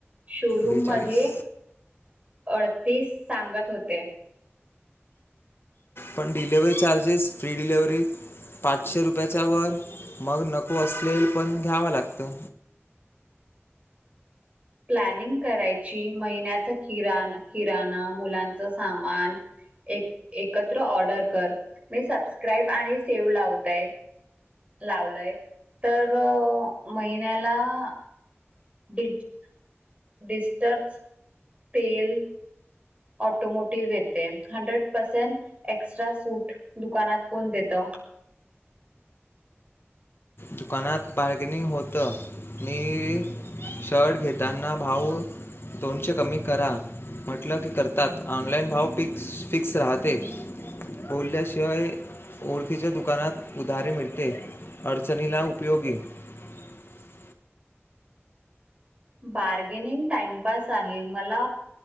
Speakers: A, on the right; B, on the left.
A: शोरूम
B: बेचाळीस
A: मध्ये अडतीस सांगत होते.
B: पण डिलिव्हरी चार्जेस फ्री डिलेिव्हरी पाचशे रुपयाच्या वर मग नको असलेल पण घ्याव लागतं.
A: प्लॅनिंग करायची महिन्याच किराण किराणा मुलांच सामान एक एकत्र ऑर्डर कर मी सबस्क्राईब आणि सेव्ह लावतय लावलय तर महिन्याला <unintelligible> डिस्टर् पेल ऑटोमोटिव्ह येते हंड्रेड पर्सेंट एक्स्ट्रा सूट दुकानात कोण देतं
B: दुकानात बार्गेनिंग होत न शर्ट घेताना भाव दोनशे कमी करा म्हटलं की करतात ऑनलाईन भाव फिक्स राहते बोलल्याशिवाय ओळखीच्या दुकानात उधारी मिळते. <unintelligible>
A: बार्गेनिंग टाइमपास आहे मला